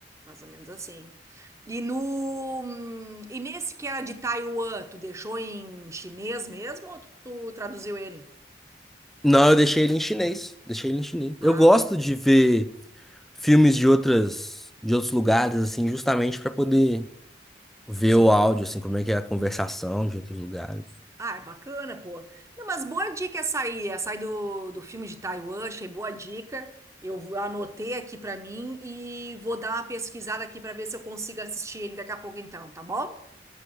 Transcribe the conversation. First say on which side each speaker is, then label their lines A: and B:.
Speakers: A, on the right; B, in the centre.
A: mais ou menos assim. E no, hum, e nesse que era de Taiwan, tu deixou em chinês mesmo ou tu tu traduziu ele?
B: Não, eu deixei ele em chinês. Deixei ele em chinês.
A: Ah,
B: Eu gosto de ver filmes de outras, de outros lugares, assim, justamente para poder ver
A: sim.
B: o áudio, assim, como é que é a conversação de outros lugares.
A: Ah, é bacana, pô. Não, mas boa dica essa aí, essa aí do, do filme de Taiwan, achei boa dica. Eu vou- anotei aqui pra mim e vou dar uma pesquisada aqui pra ver se eu consigo assistir ele daqui a pouco então, tá bom?